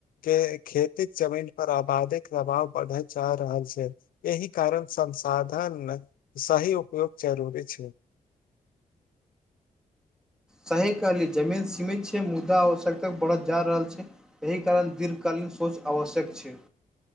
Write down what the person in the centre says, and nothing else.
सही कहलियै जमीन सीमित छै मुद्दा आश्यक तक बढ़त जा रहल छै एहि कारण दीर्घकालीन सोच आवश्यक छै